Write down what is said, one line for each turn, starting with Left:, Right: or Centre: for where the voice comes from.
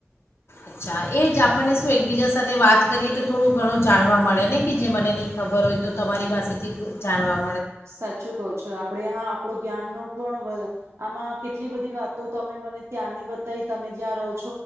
Left: અચ્છા એ જ આપણને શું એકબીજા સાથે વાત કરીએ તો થોડું ઘણું જાણવા મળે ને કે જે મને નહી ખબર હોય તો તમારી પાસેથી જાણવા મળ
Right: સાચું કહું છો આપડે હા આપણો જ્ઞાન ન પણ આમાં કેટલી બધી વાતો તમે મને ત્યાંની બ ત તમે જ્યાં રોજ